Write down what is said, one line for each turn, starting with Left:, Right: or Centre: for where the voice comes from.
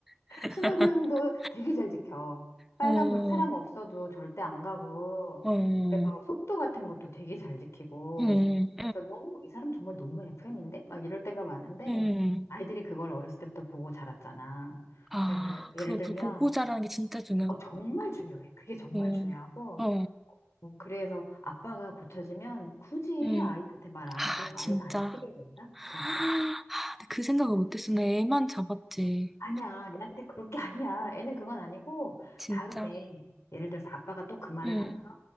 Centre: <laughs>
Left: 신호등도 되게 잘 지켜. 빨간불
Centre: 어,
Left: 사람
Centre: 어,
Left: 없어도 절대 안 가고.
Centre: 어, 음,
Left: 그래서 속도 같은 것도 되게 잘 지키고.
Centre: 음,
Left: 그래서 너무, 이 사람 정말 너무 FM인데? 막 이럴 때가 많은데,
Centre: 음,
Left: 아이들이 그걸 어렸을 때부터 보고 자랐잖아.
Centre: 아,
Left: 그래서 예를
Centre: 그걸
Left: 들면,
Centre: 보- 보고 자라는 게 진짜 중요하고,
Left: 어, 정말 중요해. 그게 정말
Centre: 음,
Left: 중요하고.
Centre: 어,
Left: 음, 그래서 아빠가 고쳐지면 굳이
Centre: 음,
Left: 아이한테 말 안
Centre: 아,
Left: 해도 아이가
Centre: 진짜.
Left: 안 쓰게 된다?
Centre: 아,
Left: 진짜?
Centre: 그 생각을 못했어. 내 애만 잡았지.
Left: 아니야, 애한테 그럴 게 아니야. 애는 그건 아니고,
Centre: 진짜.
Left: 다음에, 예를 들어서 아빠가 또 그 말을
Centre: 응,
Left: 하면,